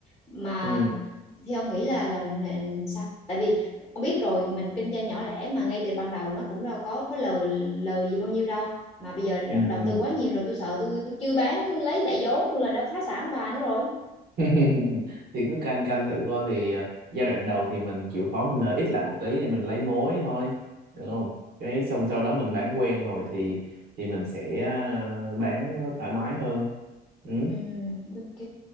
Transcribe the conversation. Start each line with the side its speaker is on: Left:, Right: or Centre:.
Left: mà
Right: ừ
Left: thì ông nghĩ là, là là sao tại vì ông biết rồi mình kinh doanh nhỏ lẻ mà ngay từ ban đầu nó cũng đâu có có lời lời gì bao nhiêu đâu mà bây giờ
Right: ừ
Left: đầu
Right: ừ
Left: tư quá nhiều rồi tôi sợ tôi tôi chưa bán lấy lại vốn là đã phá sản bà nó rồi
Right: <laughs> thì cứ canh canh thử coi thì ờ, giai đoạn đầu thì mình chịu khó mình lời ít lại một tí để mình lấy mối thôi được không cái xong sau đó mình bán quen rồi thì thì mình sẽ ờ, bán thoải mái hơn ừ.
Left: Ừm, ok